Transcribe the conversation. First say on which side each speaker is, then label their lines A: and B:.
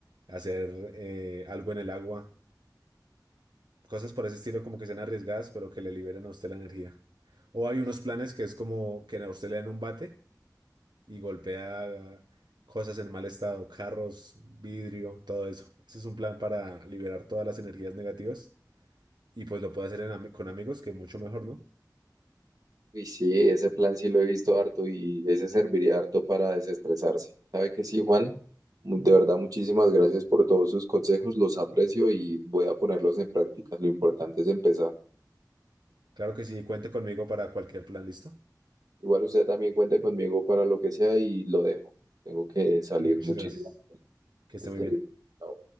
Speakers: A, on the right; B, on the right.
A: hacer eh, algo en el agua, cosas por ese estilo como que sean arriesgadas, pero que le liberen a usted la energía. O hay unos planes que es como que a usted le dan un bate y golpea cosas en mal estado, carros, vidrio, todo eso. Ese es un plan para liberar todas las energías negativas y pues lo puede hacer en ami- con amigos, que mucho mejor, ¿no?
B: Uy, sí, ese plan sí lo he visto harto y ese serviría harto para desestresarse. ¿Sabe que sí, Juan? Mu- De verdad, muchísimas gracias por todos sus consejos, los aprecio y voy a ponerlos en práctica. Lo importante es empezar.
A: Claro que sí, cuente conmigo para cualquier plan, ¿listo?
B: Igual usted también cuente conmigo para lo que sea y lo dejo. Tengo que salir.
A: Muchas
B: Muchísimas
A: gracias. Que esté
B: gracias.
A: muy bien.
B: Chao.